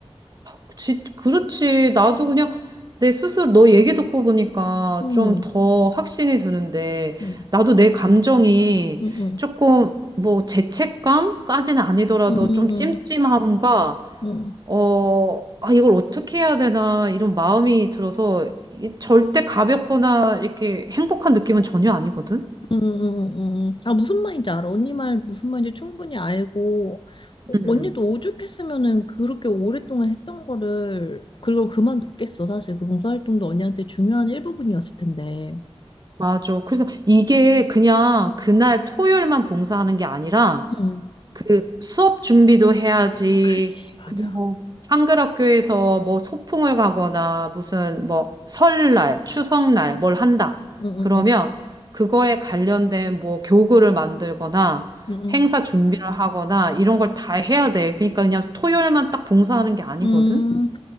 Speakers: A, on the right (about 40°); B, on the left (about 50°).
A: 그치, 그렇지. 나도 그냥 내 스스로 너 얘기 듣고 보니까
B: 응,
A: 좀 더 확신이 드는데
B: 응,
A: 나도 내 감정이
B: 응, 응,
A: 조금 뭐 죄책감까지는 아니더라도
B: 응, 응.
A: 좀 찜찜함과
B: 응.
A: 어, 아, 이걸 어떻게 해야 되나, 이런 마음이 들어서, 이게 절대 가볍거나 이렇게 행복한 느낌은 전혀 아니거든?
B: 음, 음, 음. 음. 음. 아, 무슨 말인지 알아. 언니 말 무슨 말인지 충분히 알고, 어,
A: 음.
B: 언니도 오죽했으면은 그렇게 오랫동안 했던 거를, 그걸 그만뒀겠어. 사실 그 봉사활동도 언니한테 중요한 일부분이었을 텐데.
A: 맞아. 그래서 이게 그냥 그날 토요일만 봉사하는 게 아니라,
B: 음,
A: 그 수업 준비도 해야지.
B: 그치, 맞아.
A: 그리고 한글 학교에서 뭐 소풍을 가거나 무슨 뭐 설날, 추석날 뭘 한다.
B: 음,
A: 그러면
B: 음,
A: 그거에 관련된 뭐 교구를 만들거나
B: 음, 음.
A: 행사 준비를 하거나 이런 걸 다 해야 돼. 그러니까 그냥 토요일만 딱 봉사하는 게 아니거든.
B: 음, 음.